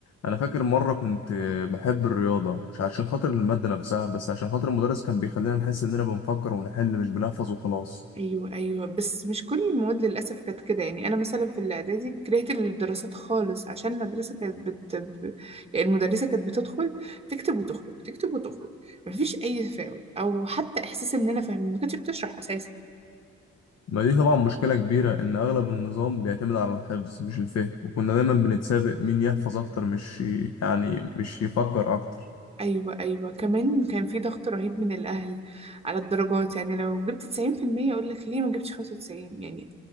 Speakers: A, on the left; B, on the right.
A: انا فاكر مرة كنت بحب الرياضة مش عشان خاطر المادة نفسها بس عشان خاطر المدرس كان بيخلينا نحس اننا بنفكر ونحل مش بنحفظ وخلاص
B: ايوه ايوه بس مش كل المواد للاسف كانت كده يعني انا مثلا في الاعدادي كرهت الدراسات خالص عشان المدرسه كانت بت ب- يعني المدرسه كانت بتدخل تكتب وتخرج تكتب وتخرج مفيش اي تفاعل او حتى احساس اننا فاهمين ما كانتش بتشرح اساسا
A: ما دي طبعا مشكلة كبيرة إن أغلب النظام بيعتمد على الحفظ مش الفهم وكنا دايما بنتسابق مين يحفظ أكتر مش ي- يعني مش يفكر أكتر
B: ايوه ايوه كمان كان في ضغط رهيب من الاهل على الدرجات يعني لو جبت 90% اقول لك ليه ما جبتش 95 يعني